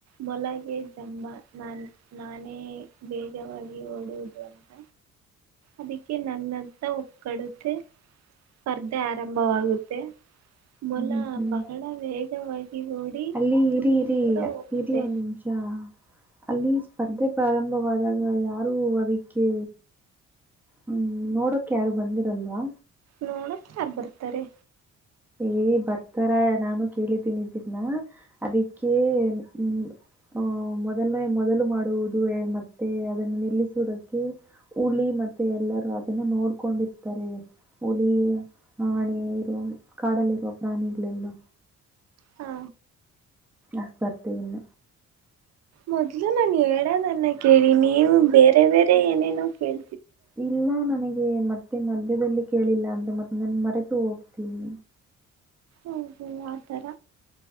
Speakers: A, on the right; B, in the centre.
A: ಮೊಲಗೆ ಜಂಬಾ ನಾನ ನಾನೇ ವೇಗವಾಗಿ ಓಡುವುದು ಅಂತ ಅದಕ್ಕೆ ನನ್ನ ಒಡುತ್ತೆ ಸ್ಪರ್ಧೆ ಆರಂಭವಾಗುತ್ತೆ ಮೊಲ
B: ಹ್ಮ್ ಹ್ಮ್
A: ಬಹಳ ವೇಗವಾಗಿ ಓಡಿ
B: ಅಲ್ಲಿ
A: ದೂರ
B: ಇರಿ ಇರಿ
A: ದೂರ ಹೋಗುತ್ತೆ
B: ಇರಿ ಒಂದ್ ನಿಮಿಷ ಅಲ್ಲಿ ಸ್ಪರ್ಧೆ ಪ್ರಾರಂಭವಾದಾಗ ಯಾರು ಅದಕ್ಕೆ ಹ್ಮ್ ನೋಡಕ ಯಾರು ಬಂದಿರಲ್ವಾ
A: ನೋಡ ಯಾರ್ ಬರ್ತಾರೆ
B: ಏ ಬರ್ತಾರ ನಾನು ಕೇಳಿದ್ದೀನಿದ್ದೀನ್ನ ಅದಕ್ಕೆ ಹ್ಮ ಅಹ ಮೊದಲನೇ ಮೊದಲು ಮಾಡುವುದು ಮತ್ತೆ ಅದನ್ನ ನಿಲ್ಲಿಸುವುದಕ್ಕೆ ಹುಲಿ ಮತ್ತೆ ಎಲ್ಲರೂ ಅದನ್ನ ನೋಡ್ಕೊಂಡಿರ್ತಾರೆ ಹುಲಿ ಆಣೆರು ಕಾಡಲ್ಲಿರುವ ಪ್ರಾಣಿಗಳೆಲ್ಲ
A: ಹಾ
B: ಆಸ್ಪರ್ತೇ ಇಲ್ಲ
A: ಮೊದ್ಲು ನಾನು ಹೇಳದನ್ನ ಕೇಳಿ ನೀವು ಬೇರೆ ಬೇರೆ ಏನೇನೋ ಕೇಳ
B: ಇಲ್ಲ ನನಗೆ ಮತ್ತೆ ಮತ್ತೆ ಮಂದ್ಯದಲ್ಲಿ ಕೇಳಿಲ್ಲ ಅಂದ್ರೆ ಮತ್ತೆ ನಾನನ್ ಮರೆತು ಹೋಗ್ತೀನಿ
A: ಓ ಹೋ ಆತರ.